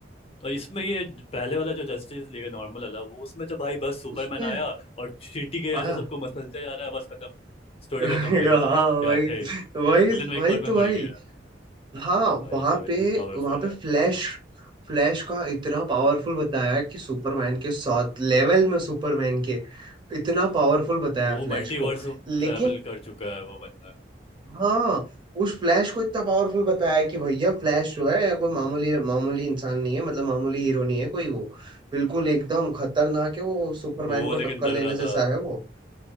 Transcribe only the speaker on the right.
उसमें
आया
<laughs>
हाँ
भाई
भाई
भाई
तो
भाई
हाँ
वहां
पे
वहां पे
फ्लैश फ्लैश का इतना पावरफुल बताया कि सुपरमैन के साथ लेवल में सुपरमैन के इतना पावरफुल बताया
फ्लैश
को लेकिन
हाँ उस फ्लैश को इतना पावरफुल बताया कि भैया फ्लैश जो है कोई
मामूली मामूली इंसान नहीं है मतलब मामूली हीरो नहीं है कोई वो बिल्कुल एकदम खतरनाक है वो सुपरमैन
को
टक्कर
देने
जैसा है वो